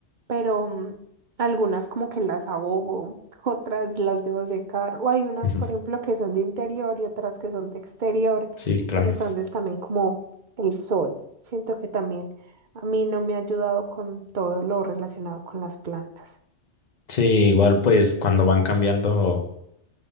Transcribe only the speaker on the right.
pero mm, algunas como que las abogo, <laughs> otras las debo secar, o hay unas,
por ejemplo, que son de interior y otras que son de exterior,
entonces también como el sol, siento que también a mí no me ha ayudado con todo lo relacionado con las plantas.